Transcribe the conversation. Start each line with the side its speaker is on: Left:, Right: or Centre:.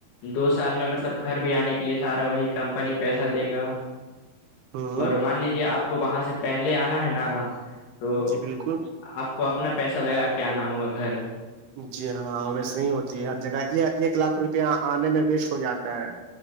Left: دو سال میں مطلب گھر بھی آنے کے لیے سارا وہی کمپنی پیسہ دے گا
Right: ہوں
Left: اور مان لیجے آپ کو وہاں سے پہلے آنا ہے نا تو
Right: جی بالکل
Left: آپ کو اپنا پیسہ لگا کے آنا ہوگا گھر
Right: جی ہاں ویسے ہی ہوتی ہے ہر جگہ یہ ایک لاکھ روپیہ آنے میں ویسٹ ہو جاتا ہے